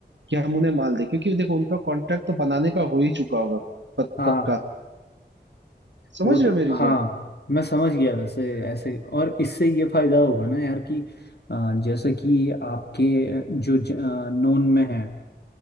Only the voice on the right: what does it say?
कि हम उन्हें माल दें क्योंकि देखो उनका कॉन्ट्रैक्ट तो बनाने का हो ही चुका होगा प-
पक्का
समझ
रहे हो मेरी
बात